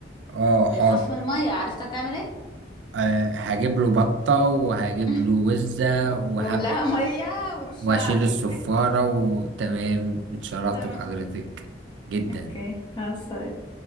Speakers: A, on the right (about 80°); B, on the left (about 25°).
A: اه
B: بيخاف
A: حاضر
B: من المية عرفت هتعمل ايه
A: أه هجيب له بطة وهجيب
B: <laughs>
A: له وزة
B: و-
A: وهبدأ
B: واملاها مية ورشها
A: وهشيل
B: عليه
A: الصفارة وتمام اتشرفت
B: تمام
A: بحضرتك جدا
B: اوكي مع السلامة